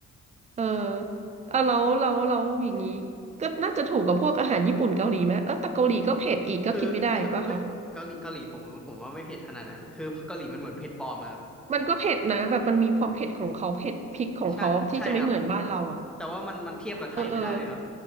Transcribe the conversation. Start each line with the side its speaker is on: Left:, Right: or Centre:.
Right: เอออ่ะแล้วแล้วแล้วอย่างนี้ก็น่าจะถูกกับพวกอาหารญี่ปุ่นเกาหลีไหมเออแต่เกาหลีก็เผ็ดอีกก็กินไม่ได้อีกป่ะคะ
Centre: คือคือเอ้ยเกาหลีเกาหลีผมผมว่าไม่เผ็ดขนาดนั้นคือเกาหลีมันเหมือนเผ็ดปลอมอะครับ
Right: มันก็เผ็ดนะ แบบมันมีความเผ็ดของเขา เผ็ดพริกของเขาที่จะไม่เหมือนบ้านเราอ่ะ
Centre: ใช่ใช่ครับแต่ว่ามันมันเทียบกับไทยไม่ได้เลยครับ
Right: เออเออ